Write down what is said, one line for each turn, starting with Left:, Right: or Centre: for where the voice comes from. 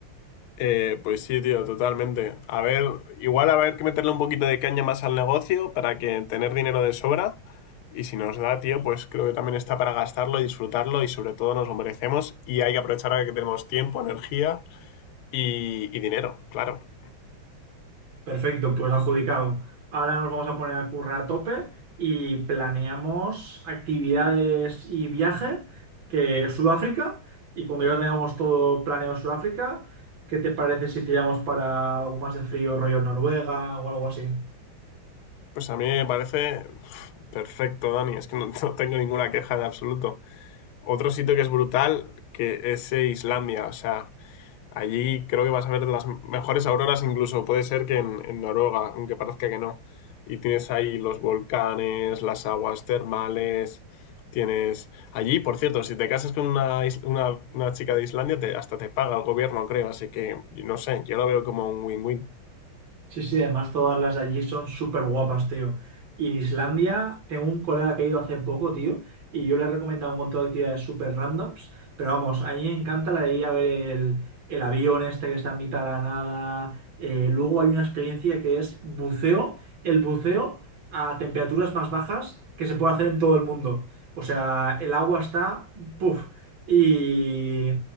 Left: Eh, pues sí, tío, totalmente. A ver, igual a ver que meterle un poquito de caña más al negocio para que tener dinero de sobra. Y si nos da, tío, pues creo que también está para gastarlo, disfrutarlo y sobre todo nos lo merecemos. Y hay que aprovechar ahora que tenemos tiempo, energía y, y dinero, claro.
Right: Perfecto, pues adjudicado. Ahora nos vamos a poner a currar a tope y planeamos actividades y viaje que Sudáfrica. Y cuando ya tengamos todo planeado Sudáfrica, ¿qué te parece si tiramos para algo más de frío, rollo Noruega o algo así?
Left: Pues a mí me parece uf, perfecto, Dani. Es que no, no tengo ninguna queja de absoluto. Otro sitio que es brutal, que es eh, Islandia. O sea, Allí creo que vas a ver las mejores auroras, incluso puede ser que en, en Noruega, aunque parezca que no. Y tienes ahí los volcanes, las aguas termales, tienes allí, por cierto, si te casas con una, is- una, una chica de Islandia, te- hasta te paga el gobierno, creo, así que no sé, yo lo veo como un win-win.
Right: Sí, sí, además todas las de allí son súper guapas, tío. Y en Islandia, tengo un colega que ha ido hace poco, tío, y yo le he recomendado un montón de actividades súper randoms, pero vamos, a mí me encanta la de ir a ver el, el avión este que está en mitad de la nada. Eh, luego hay una experiencia que es buceo, el buceo a temperaturas más bajas que se puede hacer en todo el mundo. O sea, el agua está, puff, y,